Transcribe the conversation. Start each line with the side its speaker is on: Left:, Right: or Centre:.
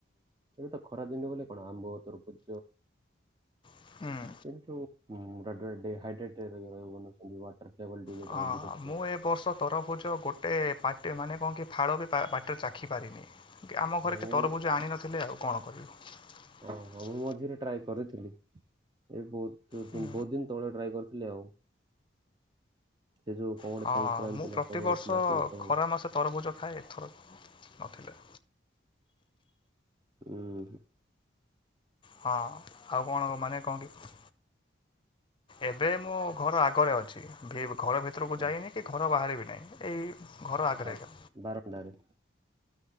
Right: ଏବେ ତ ଖରା ଦିନବଲେ କଣ ଆମ୍ବ ତରବୁଜ
Left: ଖାଉ?
Right: କିୁାଇଡ୍ରେଟ ୱାଟର। ଲେବଲ ଟି ଯୋଉଟାରେ
Left: ହଁ,
Right: ଅଧିକ ଥିବ।
Left: ମୁଁ ଏ ବର୍ଷ ତରଫୁଜ ଗୋଟେ ପାର୍ଟି ମାନେ। କଣ କି ଫାଳ ବି ବାଟ ଚାଖିପାରିନି। ଆମ ଘରେ
Right: ମୁଁ
Left: କେ ତରଭୁଜ ଆଣି ନଥିଲେ ଆଉ କଣ କରିବୁ।
Right: ହଁ ମୁଁ ଟ୍ରାଏ କରିଥିଲି ଏ ବହୁ
Left: ହୁଁ,
Right: ବହୁତ ଦିନ ତଳେ ଟ୍ରାଏ କରିଥିଲି ଆଉ। ସେ ଯୋଉ କଣ ଗୋଟେ
Left: ହଁ
Right: ସଂକ୍ରାନ୍ତି
Left: ମୁଁ
Right: ନା
Left: ପ୍ରତିବର୍ଷ
Right: କଣ ଗୋଟେ ଥିଲା ସେଇ ତଳେ
Left: ଖରା ମାସ ତରଭୁଜ ଖାଏ ଏଥର ନଥିଲେ।
Right: ହୁଁ।
Left: ହଁ ଆଉ କଣ ମାନେ କଣ କେମିତି? ଏବେ ମୁଁ ଘର ଆଗରେ ଅଛି ଭେ ଘର ଭିତରକୁ
Right: ହଁ
Left: ଯାଇନି କି ଘର ବାହାରେ ବି ନାଇଁ ଏଇ ଘର ଆଗରେ
Right: ଆଚ୍ଛା
Left: ଏକା
Right: ବାରମୁଣ୍ଡାରେ।